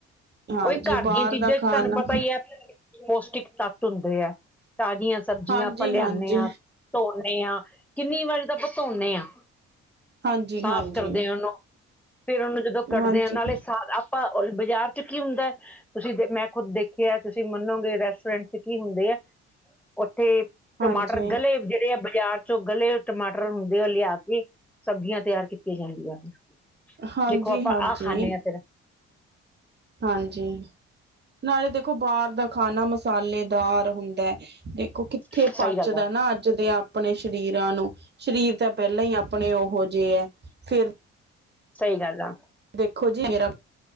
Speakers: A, on the right; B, in the centre.
A: ਹਾਂਜੀ
B: ਓਹੀ ਘਰ
A: ਬਾਹਰ
B: ਦੀਆਂ ਚੀਜ਼ਾਂ
A: ਦਾ
B: ਚ
A: ਖਾਣਾ
B: ਤਾਨੂੰ ਪਤਾ ਈ ਐ। ਪੌਸ਼ਟਿਕ ਤੱਤ ਹੁੰਦੇ ਐ, ਤਾਜ਼ੀਆਂ ਸਬਜ਼ੀਆਂ
A: ਹਾਂਜੀ
B: ਆਪਾਂ ਲਆਣੇ
A: ਹਾਂਜੀ
B: ਆ। ਧੋਣੇ ਆ, ਕਿੰਨੀ ਵਾਰੀ ਤਾਂ ਆਪਾਂ ਧੋਣੇ ਆ
A: ਹਾਂਜੀ
B: ਸਾਫ਼
A: ਹਾਂਜੀ
B: ਕਰਦੇ ਆ ਓਨੁੰ ਫੇਰ ਓਨੁੰ ਜਦੋਂ ਕੱਢਦੇ
A: ਹਾਂਜੀ
B: ਆ, ਨਾਲੇ ਸਾਲ ਆਪਾਂ ਬਾਜ਼ਾਰ ਚ ਕੀ ਹੁੰਦਾ। ਤੁਸੀਂ ਦੇ ਮੈਂ ਖੁਦ ਦੇਖਿਆ, ਤੁਸੀਂ ਮੰਨੋਗੇ ਰੈਸਟੋਰੈਂਟ ਚ ਕੀ ਹੁੰਦੇ ਆ। ਓਥੇ ਟਮਾਟਰ
A: ਹਾਂਜੀ
B: ਗਲੇ ਜੇੜੇ ਆ ਬਾਜ਼ਾਰ ਚੋਂ ਗਲੇ ਟਮਾਟਰ ਹੁੰਦੇ ਓ ਲਿਆ ਕੇ ਸਬਜ਼ੀਆਂ ਤੇਆਰ ਕੀਤੀਆਂ ਜਾਂਦੀਆਂ ਨੇ।
A: ਹਾਂਜੀ
B: ਦੇਖੋ ਆਪਾਂ
A: ਹਾਂਜੀ
B: ਆਹ ਖਾਂਦੇ ਆ ਫੇਰ।
A: ਹਾਂਜੀ। ਨਾਲੇ ਦੇਖੋ ਬਾਰ ਦਾ ਖਾਣਾ ਮਸਾਲੇਦਾਰ ਹੁੰਦਾ ਐ। ਦੇਖੋ ਕਿੱਥੇ
B: ਸਹੀ
A: ਪਚਦਾ
B: ਗੱਲ ਆ
A: ਨਾ ਅੱਜ ਦੇ ਆਪਣੇ ਸਰੀਰਾਂ ਨੂੰ। ਸਰੀਰ ਤਾਂ ਪੈਲਾ ਹੀ ਆਪਣੇ ਓਹੋ ਜੇ ਆ ਫੇਰ
B: ਸਹੀ ਗੱਲ ਆ।
A: ਦੇਖੋ ਜੀ ਮੇਰਾ